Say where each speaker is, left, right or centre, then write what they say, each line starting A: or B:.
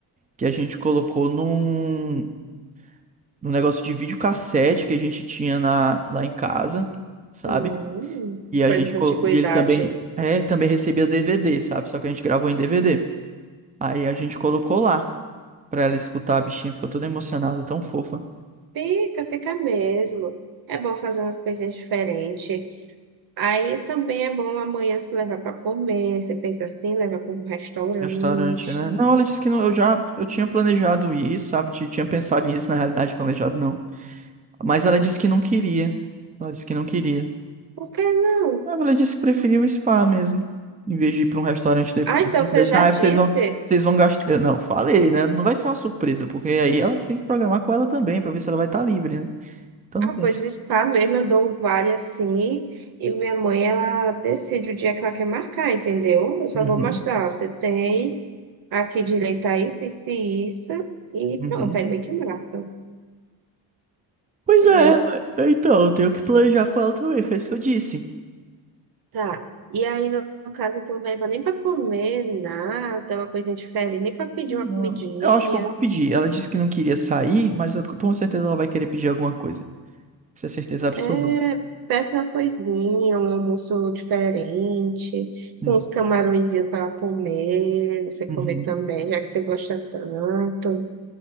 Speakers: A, on the right; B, on the right.
A: que a gente colocou num, num negócio de videocassete que a gente tinha na, lá em casa, sabe?
B: Hum,
A: E a
B: coisa
A: gente
B: da
A: colocou,
B: antiguidade.
A: e ele também, é, ele também recebia DVD, sabe? Só que a gente gravou em DVD. Aí a gente colocou lá pra ela escutar, a bichinha ficou toda emocionada, tão fofa.
B: Fica, fica mesmo. É bom fazer umas coisinhas diferentes. Aí também é bom amanhã se levar para comer. Você pensa assim, levar para um restaurante.
A: Restaurante, né? Não, ela disse que não, eu já eu tinha planejado ir, sabe? Ti- Tinha pensado nisso, na realidade, planejado não. Mas ela disse que não queria. Ela disse que não queria.
B: Por que não?
A: Ah, Ela disse que preferia o spa mesmo, em vez de ir para um restaurante depois.
B: Ah, então
A: Eu
B: você
A: falei,
B: já
A: Ah,
B: disse.
A: vocês vão, vocês vão gastar. Eu, Não, falei, né? Não vai ser uma surpresa, porque aí ela tem que programar com ela também, pra ver se ela vai estar livre, né? Então
B: Ah,
A: não tem.
B: pois no spa mesmo eu dou um vale assim. E minha mãe, ela decide o dia que ela quer marcar, entendeu? Eu só
A: Uhum,
B: vou mostrar. ó, você tem aqui direito a isso, isso e isso. E
A: uhum.
B: pronto, aí meio que marca,
A: Pois
B: entendeu?
A: é, então, eu tenho que planejar com ela também, foi isso que eu disse.
B: Tá. E aí, no no caso, então, não leva nem pra comer, nada, uma coisinha diferente, nem pra pedir
A: Não,
B: uma comidinha.
A: Eu acho que eu vou pedir. Ela disse que não queria sair, mas eu com certeza ela vai querer pedir alguma coisa. Isso é certeza absoluta.
B: É, peça uma coisinha, um almoço diferente,
A: Uhum.
B: com uns camarõezinhos para comer, você
A: Uhum.
B: comer também, já que você gosta tanto.